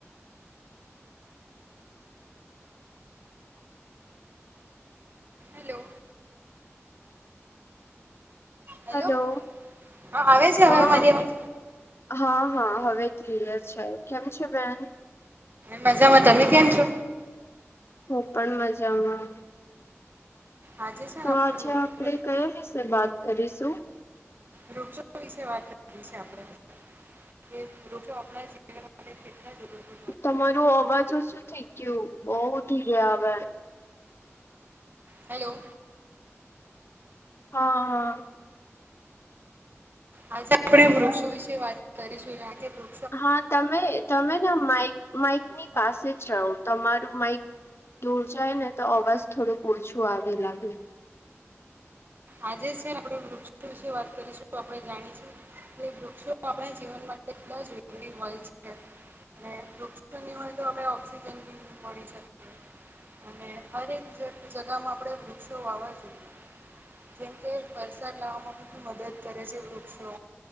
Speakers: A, on the right; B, on the left.
A: હલો. હેલો
B: હલો
A: હા આવે છે, હવે
B: હા
A: મારી અવાજ
B: હા હા હવે ક્લયર છે, કેમ છે, બેન?
A: મે મજામાં તમે કેમ છો?
B: હ પણ મજામાં.
A: આજે છે
B: તો
A: ને આપણે
B: આજે
A: વૃક્ષો
B: આપણેે કયા વિશે વાત કરીશું?
A: વૃક્ષો વિશે વાત કરવી છે, આપણે કે વૃક્ષો આપણા જીવન માટે કેટલા <unintelligible>
B: તમારું અવાજ ઓછુ થઇ ગયું બો ધીરે આવે
A: હેલો.
B: હા હા.
A: આજે આપણે વૃક્ષો વિશે વાત કરીશું કારણ કે વૃ
B: હા તમે તમેને માઈક માઈકની પાસે જ રહો તમારું માઈક દૂર જાય ને તો અવાજ થોડોક ઓછો આવે લાગે
A: આજે છે, આપણે વૃક્ષો વિશે વાત કરીશું આપણે જાણીશું એ વૃક્ષો આપણા જીવન માટે એટલા જરૂરી હોય છે. ને વૃક્ષો ની હોય તો આપણે ઓઑક્સિજન બી ની મળી શકે અને હરેક જ જગામાં આપણે વૃક્ષો વાવા જોએ. જેમકે વરસાદ લાવવામાં બી મદદ કરે છે વૃક્ષો